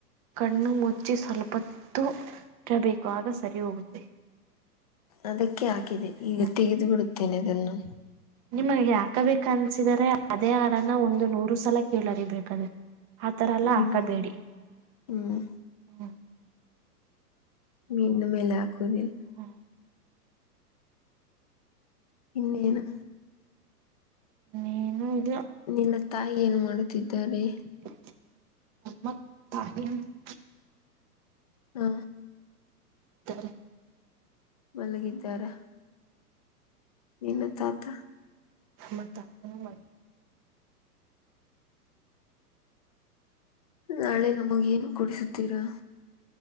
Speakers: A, on the right (about 25°); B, on the left (about 30°).
A: ಕಣ್ಣು ಮುಚ್ಚಿ ಸ್ವಲ್ಪತ್ತು ಇರಬೇಕು ಆಗ ಸರಿ ಹೋಗುತ್ತೆ
B: ಅದಕ್ಕೆ ಹಾಕಿದೆ ಈಗ
A: ಹ್ಮ್
B: ತೆಗೆದು ಬಿಡುತ್ತೇನೆ ಅದನ್ನು
A: ನಿಮಗೆ ಹಾಕಬೇಕ ಅನ್ಸಿದರೆ ಅದೇ ಹಾಡನ್ನ ಒಂದು ನೂರು ಸಲ ಕೇಳರಿ ಬೇಕಾದರೆ ಆತರ ಅಲ್ಲಾ
B: ಹ್ಮ್
A: ಹಾಕಬೇಡಿ
B: ಹ್ಮ್
A: ಹ್ಮ
B: ಮೀನ್ನು ಮೇಲೆ ಹಾಕುವುದಿಲ್ಲ
A: ಹ್ಮ
B: ಇನ್ನೇನು
A: ನೀನು ಇದಿಯಾ.
B: ನಿನ್ನ ತಾಯಿ ಏನ್ ಮಾಡುತ್ತಿದ್ದಾರೆ.
A: <inaudible>
B: ಹಾ
A: ತ್ತಾರೆ.
B: ಮಲಗಿದ್ದಾರಾ. ನಿನ್ನ ತಾತ.
A: ಮತ್ತ ಆಮೇಲ್ ಮಾಡ.
B: ನಾಳೆ ನಮಗ ಏನ್ ಕುಡಿಸ. ತ್ತೀರಾ.